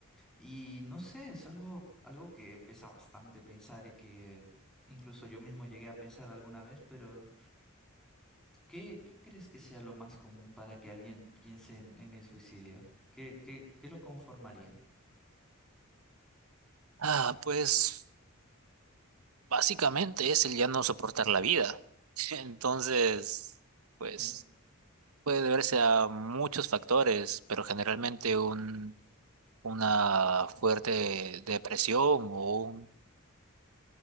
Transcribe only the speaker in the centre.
Y no sé, es algo, algo que pesa bastante pensar y que incluso yo mismo llegué a pensar alguna vez, pero ¿qué, qué crees que sea lo más común para que alguien piense en, en el suicidio? ¿Qué, qué, qué lo conformaría?
Sí,